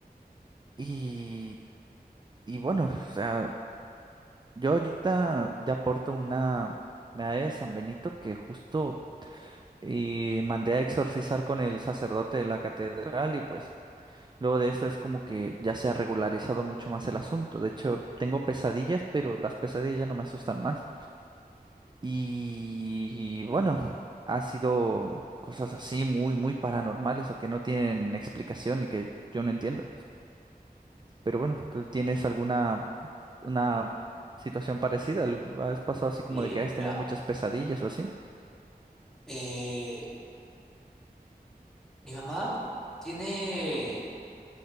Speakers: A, on the right; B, in the centre.
A: Y, y bueno, o sea, yo ahorita ya porto una medalla de San Benito que justo eh, mandé a exorcizar con el sacerdote de la catedral y pues... Luego de eso es como que ya se ha regularizado mucho más el asunto. De hecho, tengo pesadillas, pero las pesadillas ya no me asustan más. Y bueno, ha sido cosas así muy, muy paranormales o que no tienen explicación y que yo no entiendo. Pero bueno, ¿tú tienes alguna una situación parecida? ¿Al- ¿Has pasado así como
B: Y
A: de que has
B: mira,
A: tenido muchas pesadillas o así?
B: eh, mi mamá tiene,